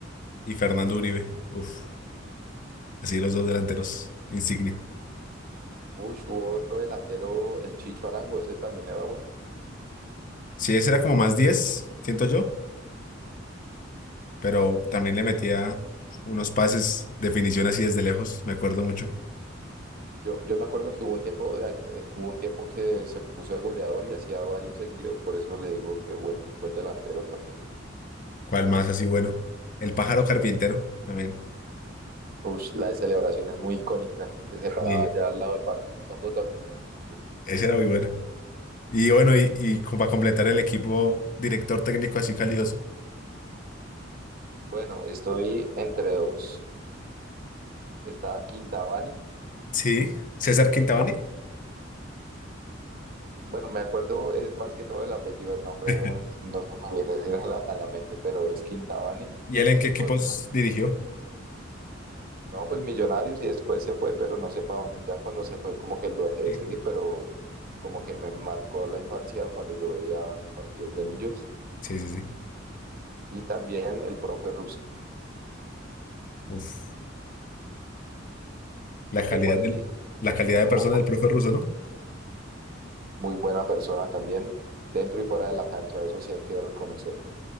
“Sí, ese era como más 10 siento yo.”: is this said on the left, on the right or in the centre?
Left